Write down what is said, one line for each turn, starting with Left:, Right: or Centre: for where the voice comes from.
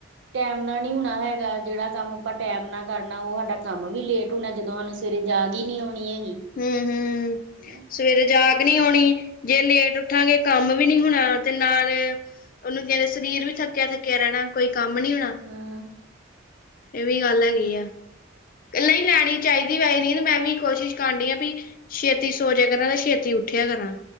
Right: ਟੈਮ ਨਾਲ਼ ਨੀ ਹੋਣਾ ਹੈਗਾ ਜਿਹੜਾ ਕੰਮ ਆਪਾਂ ਟੈਮ ਨਾ ਕਰਨਾ ਉਹ ਸਾਡਾ ਕੰਮ ਵੀ ਲੇਟ ਹੋਣਾ ਜਦੋਂ ਸਾਨੂੰ ਸਵੇਰੇ ਜਾਗਈ ਨੀ ਆਉਣੀ ਹੈਗੀ
Left: ਹੂੰ-ਹੂੰ
Right: ਹਨਾ
Left: ਸਵੇਰੇ ਜਾਗ ਨੀ ਆਉਣੀ ਜੇ ਲੇਟ ਉੱਠਾਂਗੇ ਕੰਮ ਵੀ ਨੀ ਹੋਣਾ ਤੇ ਨਾਲ਼ ਉਹਨੂੰ ਕਹਿੰਦੇ ਸਰੀਰ ਵੀ ਥੱਕਿਆ- ਥੱਕਿਆਂ ਰਹਿਣਾ ਕੋਈ ਕੰਮ ਨੀ ਹੋਣਾ
Right: ਹਾਂ
Left: ਇਹ ਵੀ ਗੱਲ ਐਗੀ ਆ। ਨਹੀਂ ਲੈਣੀ ਚਾਹੀਦੀ, ਵੈਸੇ ਨੀ ਮੈਂ ਵੀ ਕੋਸ਼ਿਸ਼ ਕਰਨ ਡਈ ਵੀ ਛੇਤੀ ਸੋਜਿਆ ਕਰਾਂ ਤੇ ਛੇਤੀ ਉੱਠਿਆ ਕਰਾਂ।